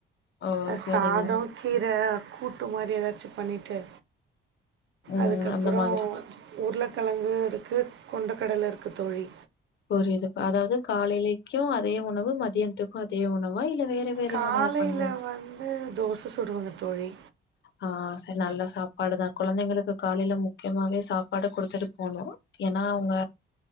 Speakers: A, on the left; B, on the right.
A: ஓ
B: அ
A: சரிங்க
B: சாதோ கீர கூட்டு மாரி ஏதாச்சு பண்ணிட் ட்டு
A: ம்
B: அதுக்கப்புறம்
A: அந்த மாதிரி
B: உருளக்கிழங்கு இருக்கு கொண்ட கடல இருக்கு தோழி
A: புரிதுப் அதாவது காலே இன்னைக்கும் அதே உணவு மதியத்து மதிய உணவா இல்ல வேற வேற
B: காலையில
A: உணவு பண்றேன்
B: வந்து தோச சுடுவங்க தோழி
A: ஆ சரி நல்ல சாப்பாடுதான் குழந்தைங்களுக்கு காலைல மு <unintelligible> சாப்பாடு கொடுத்துட்டு போணும் ஏன்னா அவங்க